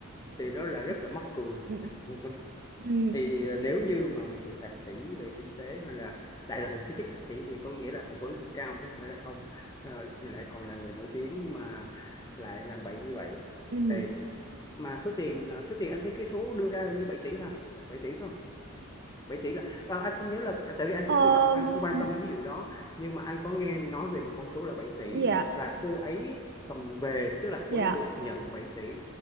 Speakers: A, on the right; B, on the left.
A: ừ,
B: thì nó là rất là mắc cười
A: ừ,
B: <laughs>
A: ừ.
B: thì ờ, nếu như mà một người thạc sĩ về kinh tế hay là đại loại là cái chức thạc sĩ thì có nghĩa là học vấn cũng cao chứ không phải là không Ờ, lại còn là người nổi tiếng mà lại làm bậy như vậy
A: ừ.
B: thì mà số tiền à, số tiền anh thấy cái số đưa ra như 7 tỷ ha 7 tỷ phải không vậy tỷ là à, anh không nhớ là à, tại vì anh cũng
A: Ờ,
B: chưa đọc anh không quan
A: ừ,
B: tâm đến cái vụ đó nhưng mà anh có nghe nói về một con số là bảy tỷ
A: dạ
B: và cô ấy cầm về tức là cô
A: dạ
B: ấy được nhận 7 tỷ